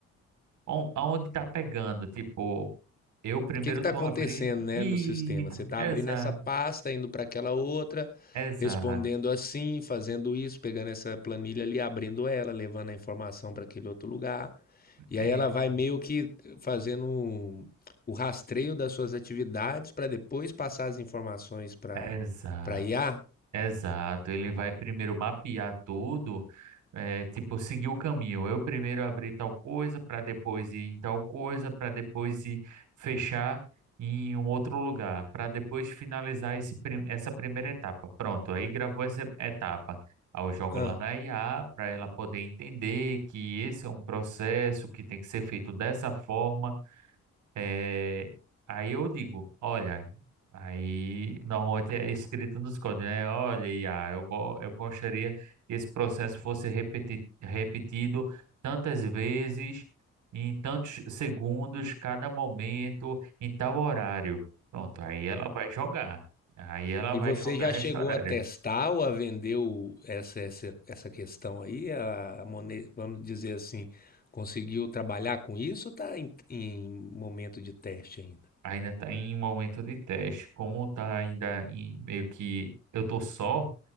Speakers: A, on the right (about 75°); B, on the left (about 30°).
A: on- aonde tá pegando. Tipo, eu primeiro
B: que está
A: tô
B: acontecendo,
A: abrindo.
B: né,
A: E
B: no sistema? Você está
A: exato,
B: abrindo essa pasta, indo para aquela outra,
A: exato,
B: respondendo assim, fazendo isso, pegando essa planilha ali, abrindo ela, levando a informação para aquele outro lugar. E
A: é,
B: aí ela vai meio que fazendo o- rastreio das suas atividades para depois passar as informações para
A: exato.
B: para IA.
A: Exato, ele vai primeiro mapear tudo, é, tipo, seguir o caminho. Eu primeiro abri tal coisa, para depois ir em tal coisa, para depois ir fechar em um outro lugar, para depois finalizar esse, prim- essa primeira etapa. Pronto, aí gravou essa etapa. Aí eu jogo
B: Ah,
A: lá na IA para ela poder entender que esse é um processo que tem que ser feito dessa forma é, aí eu digo, olha, aí normalmente é escrito nos códigos, né? Olha, Iá, eu, go- eu gostaria que esse processo fosse repeti- repetido tantas vezes, em tantos segundos, cada momento, em tal horário. Pronto, aí ela vai jogar. Aí ela
B: E
A: vai
B: você
A: jogar
B: já chegou
A: esse horário.
B: a testar ou a vender o- essa, essa, essa questão aí? A mone- vamos dizer assim, conseguiu trabalhar com isso ou está em, em momento de teste ainda?
A: Ainda está em momento de teste. Como está ainda em meio que eu tô só.